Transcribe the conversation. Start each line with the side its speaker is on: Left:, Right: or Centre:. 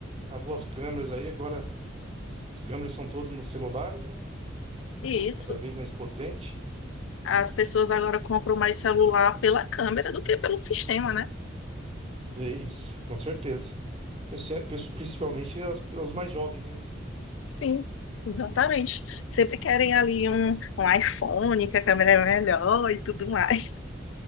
Right: acabou as câmeras aí, agora as câmeras são todas nos celulares, né?
Left: e isso.
Right: Cada vez mais potente.
Left: As pessoas agora compram mais celular pela câmera do que pelo sistema, né?
Right: É isso, com certeza. Princi- Principalmente os, os mais jovens, né?
Left: Sim, exatamente. Sempre querem ali um, um iPhone, que a câmera é melhor e tudo mais.